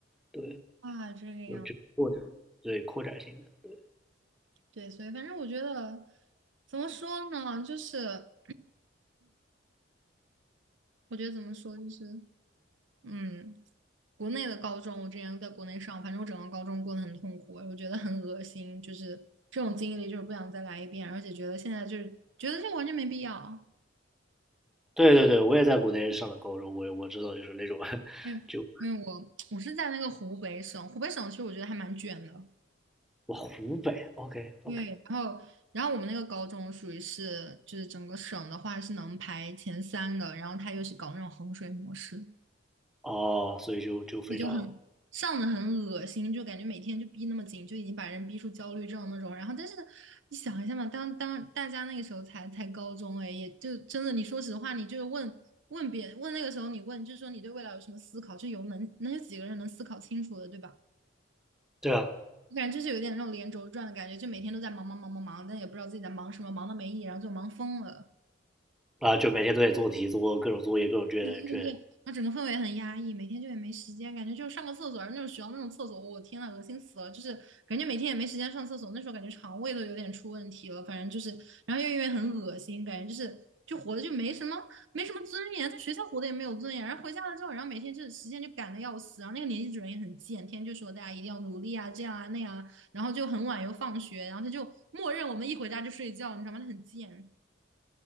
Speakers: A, in the centre; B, on the right.
A: 对，
B: 啊，这个样，
A: 有这个扩展，对，扩展性的。
B: 对，所以反正我觉得怎么说呢，就是 <clears throat>，我觉得怎么说就是，嗯，国内的高中，我之前在国内上，反正我整个高中过得很痛苦，我觉得很恶心，就是这种经历，就是不想再来一遍，而且觉得现在就是觉得这完全没必要。
A: 对对对，我也在国内上的高中，我我知道就是那种，<laughs>
B: 因为因为我我是在那个湖北省，
A: 就
B: 湖北省其实我觉得还蛮卷的。
A: 我湖北，OK OK，
B: 因为然后然后我们那个高中属于是就是整个省的话是能排前三的，然后他又是搞那种衡水模式，
A: 哦，所以就就非常，
B: 也就很上的很恶心，就感觉每天就逼那么紧，就已经把人逼出焦虑症那种。然后但是你想一下嘛，当当大家那个时候才才高中哎，也就真的你说实话，你就是问问别问那个时候你问，就是说你对未来有什么思考，就有能能有几个人能思考清楚的，对吧？
A: 对啊，
B: 我感觉就是有点那种连轴转的感觉，就每天都在忙忙忙忙忙，但也不知道自己在忙什么，忙的没意义，然后就忙疯了。
A: 啊，就每天都得做题，做各种作业，各种卷卷，
B: 对对对，那整个氛围很压抑，每天就也没时间，感觉就上个厕所，那种学校那种厕所，我天呐，恶心死了！就是感觉每天也没时间上厕所，那时候感觉肠胃都有点出问题了，反正就是，然后又因为很恶心，感觉就是就活的就没什么没什么尊严，在学校活的也没有尊严，然后回家了之后，然后每天就是时间就赶的要死，然后那个年级主任也很贱，天天就说大家一定要努力啊，这样啊那样啊，然后就很晚又放学，然后他就默认我们一回家就睡觉，你知道吗？他很贱，